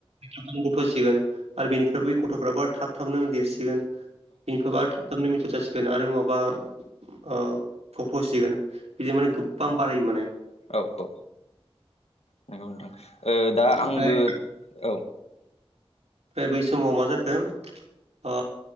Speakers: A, on the right; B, on the left.
A: थाबनो गथ'सिगोन आरो बेनिफ्राय बै गथ'फ्राबो थाब थाबनो देरसिगोन। बिनिफबा थाब थाबनो मिटर जासिगोन आरो माबा ओ फथ' होसिगोन बिदि माने गोबां बारायो माने।
B: औ औ नंगौ नोंथां ओ दा
A: ओमफ्राय
B: आंबो औ
A: ओमफ्राय बै समाव मा जाखो? ओ